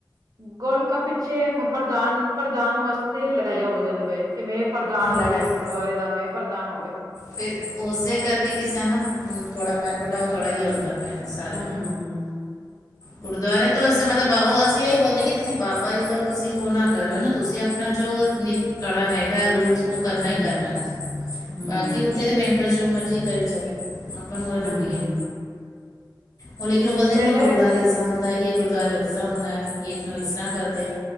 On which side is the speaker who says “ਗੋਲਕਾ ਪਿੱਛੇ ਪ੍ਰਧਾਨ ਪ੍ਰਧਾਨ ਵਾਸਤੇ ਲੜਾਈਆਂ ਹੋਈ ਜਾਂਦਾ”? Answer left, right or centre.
Right